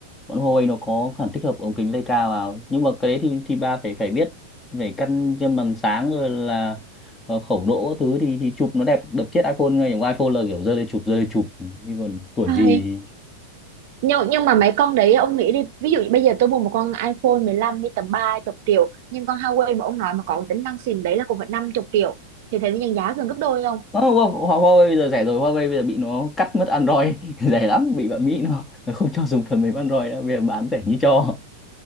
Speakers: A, on the left; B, on the right.
A: bọn Huawei nó có khả năng tích hợp ống kính Leica vào nhưng mà cái đấy thì thì bà phải phải biết phải căn trên màn sáng rồi là ờ, khẩu độ các thứ thì thì chụp nó đẹp đập chết iPhone ngay chẳng qua iPhone là kiểu giơ lên chụp giơ lên chụp nhưng còn tuổi
B: ừ
A: gì
B: nhưng nhưng mà mấy con đấy ông nghĩ đi ví dụ như bây giờ tôi mua một con iPhone 15 đi tầm ba chục triệu nhưng con Huawei mà ông nói mà có cái tính năng xịn đấy là cũng phải năm chục triệu thì thấy nhân giá gần gấp đôi không
A: Ờ, Hua- Hua- Huawei bây giờ rẻ rồi Huawei bây giờ bị nó cắt mất Android <laughs> rẻ lắm bị bạn Mỹ nó, nó không cho dùng phần mềm Android nữa bây giờ bán rẻ như cho